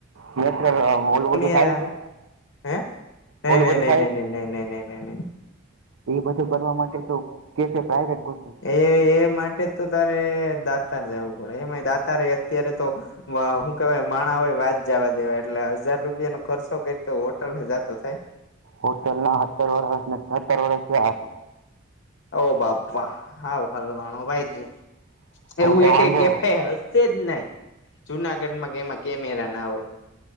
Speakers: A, on the right; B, on the left.
A: ને ઓલું ઓલું
B: મેરા
A: થાય કે?
B: હે? નઈ
A: બધું
B: નઈ નઈ નઈ નઈ.
A: એ બધું કરવા માટે તો કેફે પ્રાઈવેટ ગોતું.
B: એ એ માટે તો તારે દાતાર જવું પડે એમાં દાતાર એ અત્યારે તો. હું કેવાય માણા હોય વાત જવા દેવા એટલે હજાર રૂપિયાનો ખર્ચો કરી તો હોટલ હે જાતો થાય.
A: હોટલ ના સત્તર વર્ષ ને સતર વર્ષ.
B: ઓ બાપ્પા હા હલવાણો ભાઈ તું, એવું
A: તો
B: એ
A: વાંધો
B: કઈ કેફે હે? છેજ નહી, જુનાગઢમાં કેમાં કેમેરા ના હોય.